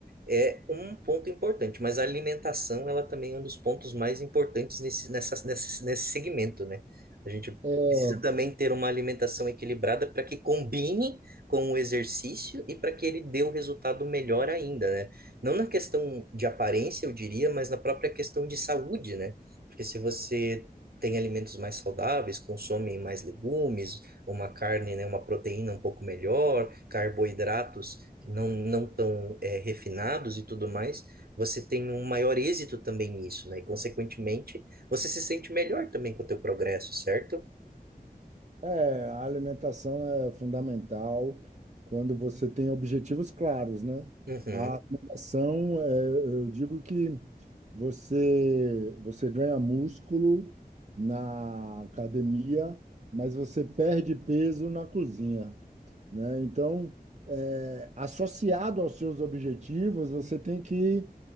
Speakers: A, on the right; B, on the right.
A: é um ponto importante, mas a alimentação, ela também é um dos pontos mais importantes nesse, nessa, nesse, nesse segmento, né? A gente
B: É,
A: precisa também ter uma alimentação equilibrada para que combine com o exercício e para que ele dê o resultado melhor ainda, né? Não na questão de aparência, eu diria, mas na própria questão de saúde, né? Porque se você tem alimentos mais saudáveis, consome mais legumes, uma carne, né, uma proteína um pouco melhor, carboidratos não, não tão é, refinados e tudo mais, você tem um maior êxito também nisso, né? E, consequentemente, você se sente melhor também com o teu progresso, certo?
B: É, a alimentação é fundamental quando você tem objetivos claros, né?
A: Uhum,
B: A alimentação, é, eu digo que você, você ganha músculo na academia, mas você perde peso na cozinha né? Então, é, associado aos seus objetivos, você tem que